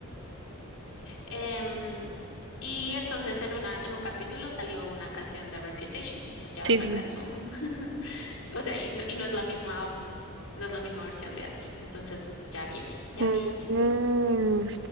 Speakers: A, on the left; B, on the right.
A: em, y entonces en una, en un capítulo salió una canción de Reputation, entonces ya
B: Sí,
A: va a sacar
B: sí.
A: su <laughs> O sea, y no, y no es la misma, no es la misma versión de antes. Entonces, ya viene, ya
B: sí.
A: viene.
B: Mm.